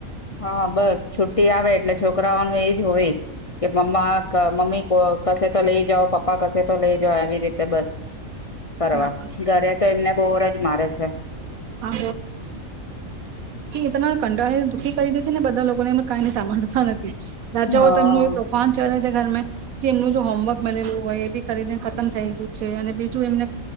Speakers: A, on the left; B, on the right.
A: હા બસ છુટી આવે એટલે છોકરાઓ ન એજ હોય જ કે મમ્મા મમ્મી કશે તો લઈ જાઓ પપ પપ્પા કશે તો લઈ જ આવી રીતે બસ ફ
B: હા
A: ઘરે તો એમને બોરજ મારે છે.
B: હા <inaudible> કંડા દુખી કહી દે છે ને લોકોને એમ કઈ સાભળતા ન રાજાઓ
A: હા
B: તેમનું તોફાન છે ઘર એમનું જો હોમવર્ક બનેલું હોય એ બી કરીને ખતમ થઈ ગયું છે અને બીજું એમને